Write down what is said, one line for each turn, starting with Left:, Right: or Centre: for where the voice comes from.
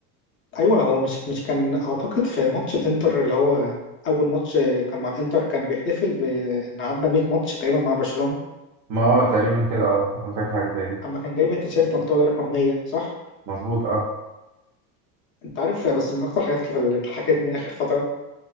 Left: ايوه هو مش مش كان اعتقد في ماتش الانتر اللي هو اول ماتش كان مع الانتر كان بيحتفل بان عدى 100 ماتش تقريبا مع برشلونه
Right: ما اه تقريبا كده اه انا فاكر حاجه زي دي
Left: اما كان جايب التيشيرت مكتوب عليه رقم 100 صح
Right: مظبوط اه
Left: انت عارف بس من اكتر الحاجات اللي ضحكتني اخر فتره